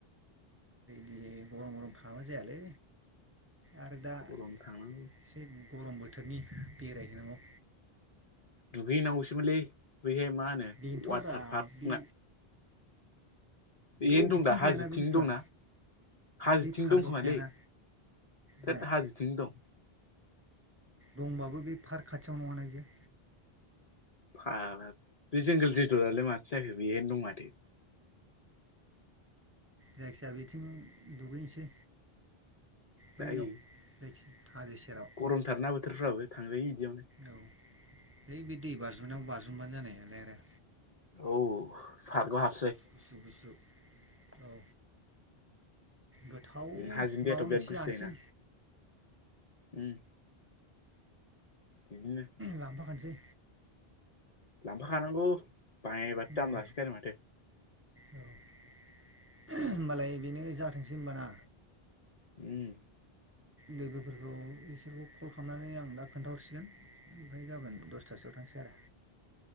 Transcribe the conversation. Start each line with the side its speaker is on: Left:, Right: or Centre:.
Right: दि गरम गरम थांबा जायालै आरो दा एसे
Left: गरम थांनांगौ
Right: गरम बोथोरनि बेरायहैनांगौ।
Left: दुगैनांगौसोमोनलै बैहाय मा होनो
Right: बेनोथ'ब्रा
Left: वाटार पार्क
Right: बे
Left: ना बैहायनो
Right: अबेथिं
Left: दं दा
Right: गैयाना
Left: हाजोथिं
Right: बे बुस्थुआ
Left: दंना हाजोथिं
Right: बे पार्कआव
Left: दंखोमालै
Right: थायाना माया
Left: थद हाजोथिंनो दं।
Right: दंबाबो बे पार्क खाथियाव नङाना बेयो
Left: फाग्ला बे जंग्ल रिजदआलाय माथो जाखो बेहायनो दं माथो।
Right: जायखिजाया बेथिं दुगैनोसै बैयाव
Left: जायो
Right: जायखिया हाजो सेराव
Left: गरमथारना बोथोरफ्राबो थांजायो बिदियावनो।
Right: औ है बे दै बारजुमनायाव बारज'बानो जानाय नालाय आरो।
Left: औ सारगाहा <unintelligible>
Right: गुसु गुसु औ गोथाव माबा
Left: हाजोनि दैयाथ'
Right: मोनसे
Left: बिराद गुसु
Right: जानोसै
Left: जायोना उम बिदिनो
Right: लांफाखानोसै
Left: लांफाखानांगौ बायबाथ'
Right: उम
Left: दाम लासोगारो माथो
Right: औ होनोमबालाय बेनो जाथोंसै होनबाना।
Left: उम
Right: लोगोफोरखौ बिसोरखौ कल खालामनानै आं दा खोन्थाहरसिगोन ओमफ्राय गाबोन दसथासोआव थांसै आरो।